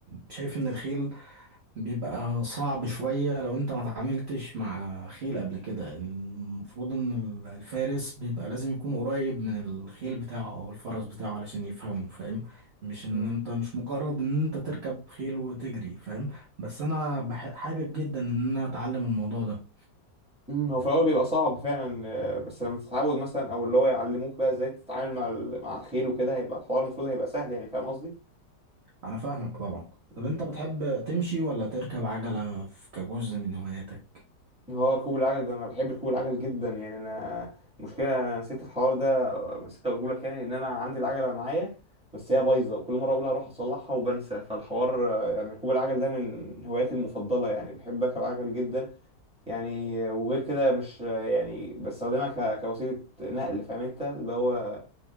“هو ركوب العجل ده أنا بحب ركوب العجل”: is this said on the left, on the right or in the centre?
Centre